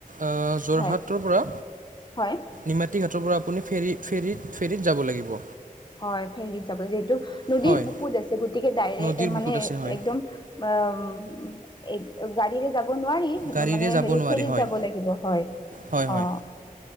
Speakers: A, on the right; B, on the left.
A: অ যোৰহাটৰ
B: হয়
A: পৰা
B: হয়
A: নিমাতীঘাটৰ পৰা আপুনি ফেৰী ফেৰীত ফেৰীত যাব লাগিব।
B: হয় ফেৰীত যাব যিহেতু নদীৰ
A: হয়
B: বুকুত আছে গতিকে ডাইৰেক
A: নদীৰ
B: মানে
A: বুকুত আছে হয়
B: একদম বম এক গাড়ীৰে যাব নোৱাৰি
A: গাড়ীৰে
B: মা মানে
A: যাব
B: হেৰি
A: নোৱাৰি
B: ফেৰীত
A: হয়
B: যাব লাগিব হয়
A: হয় হয়
B: অ।